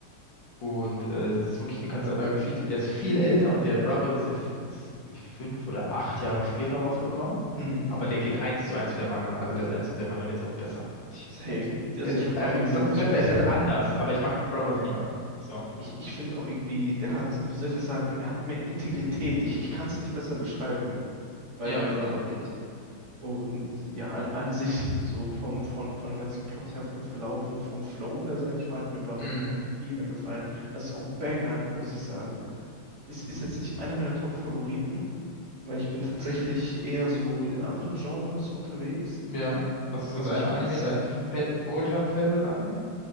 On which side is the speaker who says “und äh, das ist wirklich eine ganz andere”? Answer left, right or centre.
Left